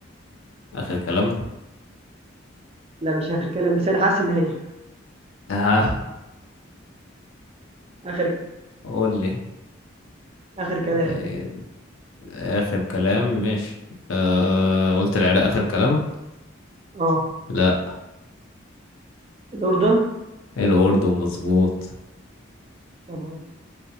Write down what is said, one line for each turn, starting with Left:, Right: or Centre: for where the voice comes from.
Left: آخر كلام
Right: لا مش آخر كلام بس أنا حاسس إن هي
Left: ها
Right: آخر
Left: قول لي
Right: آخر كلام
Left: ده إيه؟ آخر كلام مش آه قلت العراق آخر كلام
Right: أه
Left: لا
Right: الأردن
Left: الأردن مظبوط
Right: تمام